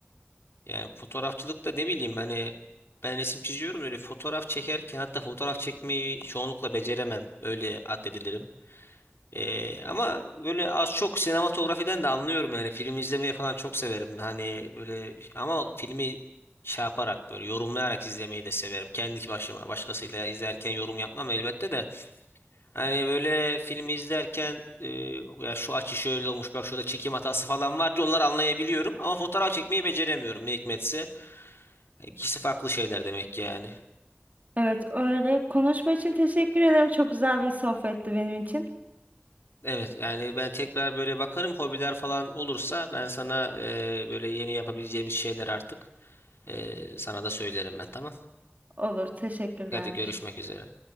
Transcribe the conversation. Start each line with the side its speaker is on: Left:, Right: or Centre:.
Left: Yani fotoğrafçılıkta ne bileyim hani ben resim çiziyorum öyle fotoğraf çekerken hatta fotoğraf çekmeyi çoğunlukla beceremem. Öyle addedilirim. Ee, ama böyle az çok sinematografiden de anlıyorum yani film izlemeyi falan çok severim hani böyle ama filmi şey yaparak böyle yorumlayarak izlemeyi de severim kendi başıma başkasıyla izlerken yorum yapmam elbette de hani böyle filmi izlerken e, ya şu açı şöyle olmuş bak şurada çekim hatası falan var diye onları anlayabiliyorum ama fotoğraf çekmeyi beceremiyorum ne hikmetse ikisi farklı şeyler demek ki yani.
Right: Evet öyle. Konuşma için teşekkür ederim. Çok güzel bir sohbetti benim için.
Left: Evet yani ben tekrar böyle bakarım hobiler falan olursa ben sana e, böyle yeni yapabileceğimiz şeyler artık Ee, sana da söylerim ben tamam.
Right: Olur, teşekkürler.
Left: Hadi görüşmek üzere.